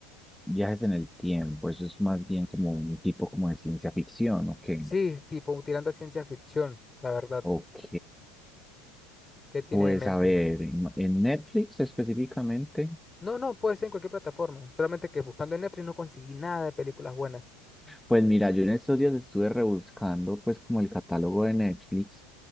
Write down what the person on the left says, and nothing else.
Sí, tipo tirando a ciencia ficción, la verdad.
¿Qué tiene
en mente?
No, no, puede ser en cualquier plataforma. Solamente que buscando en Netflix no conseguí nada de películas buenas.